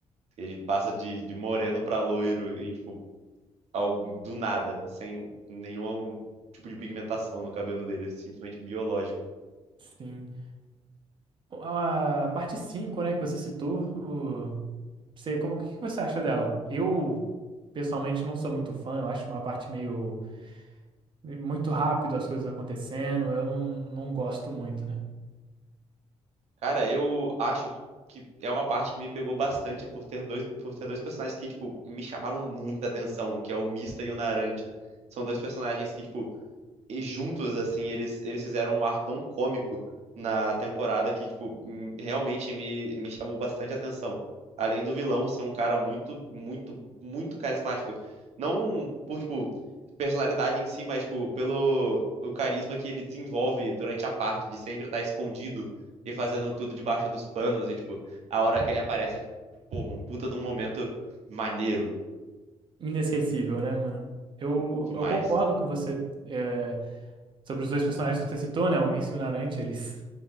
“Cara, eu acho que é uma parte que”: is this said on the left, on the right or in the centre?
Right